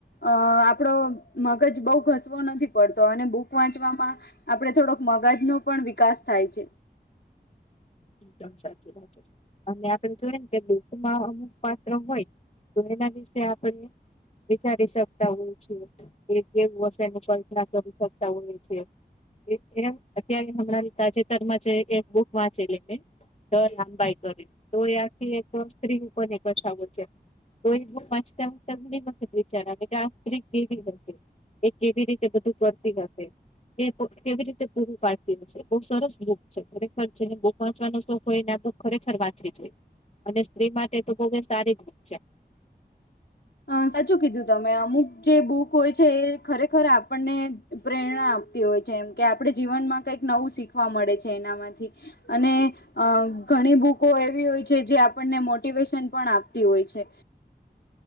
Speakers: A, on the left; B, on the left.
A: અ આપડો મગજ બહુ ઘસવો નથી. પડતો અને બુક વાંચવામાં આપડ થોડોક મગજનો પણ વિકાસ થાય છે.
B: એકદમ સાચી વાત. અને આપણે જોય ને કે બૂકમાં અમુક પાત્ર હોય તો એના વિશે આપણને. વિચારી શકતા હોય છે એ કેવું હશે એની કલ્પના કરી શકતા હોય છે. એમ અત્યારે હમણાં તાજેતર માં છે એક બુક વાચ ચીને તો લાંબાઈ કરી તો એ આખી એક સ્ત્રી <unintelligible> એકછા છે. તો એક બૂક વાચતા <unintelligible> મી બખત વિચાર આવે. આ સ્ત્રી કેવી હશે એ કેવી રીતે બધું કરતી હશે એ. કેવી રીતે પૂરું પાડતી હશે બહુ સરસ બુક છે ખરેખર. જેને બૂક વાંચવાનો શોખ હોય ને એને તો ખરેખર વાંચવી જોઈએ. અને સ્ત્રી માટે તો બહુ એ સારી બૂક છે.
A: અ સાચું કીધું તમે અમુક જે બુક હોય છે એ ખરેખર આપણને. પ્રેરણા આપતી હોય છે એમ કે આપણે જીવનમાં કંઈક નવું શીખવા મળે છે એનામાંથી. અને. અ ઘણી બુકો એવી હોય છે જે આપણને મોટિવેશન પણ આપતી હોય છે.